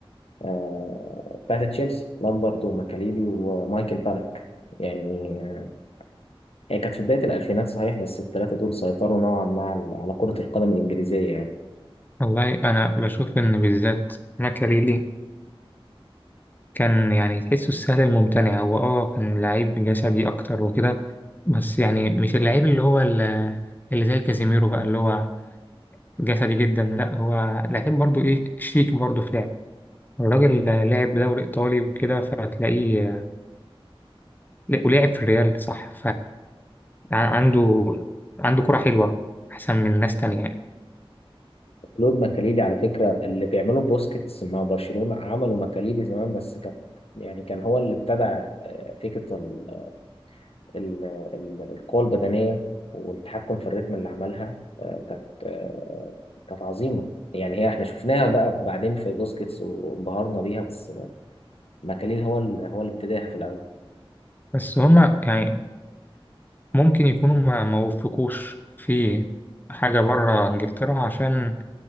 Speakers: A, on the left; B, on the left.
A: آه، بتاعت تشيلسي لامبرد وماكاليلي ومايكل بالك يعني هي كانت في بداية الألفينات صحيح بس الثلاثة دول سيطروا نوعا ما على على كرة القدم الإنجليزية يعني
B: والله أنا بشوف إن بالذات ماكاليلي كان يعني تحسه السهل الممتنع هو اه كان لعيب جسدي أكتر وكده بس يعني مش اللعيب اللي هو ال- اللي زي كازيميرو بقى اللي هو جسدي جدا لا هو لعيب برضو ايه شيك برضو في لعب الراجل لعب دوري ايطالي وكده فتلاقيه ولعب في الريال صح فعنده عنده كرة حلوة احسن من ناس تانية يعني
A: كلود ماكاليلي على فكرة اللي بيعملوا بوسكيتس مع برشلونة عملوا ماكاليلي زمان بس كانت يعني كان هو اللي ابتدع آه، فكرة ال- ال- ال- القوة البدنية والتحكم في الريتم اللي عملها آه، كانت آه، كانت عظيمة يعني هي احنا شفناها بقى بعدين في بوسكيتس وانبهرنا بيها بس ماكاليل هو ال... هو اللي ابتداها في الاول
B: بس هما يعني ممكن يكونوا ما ما وفقوش في حاجة بره انجلترا عشان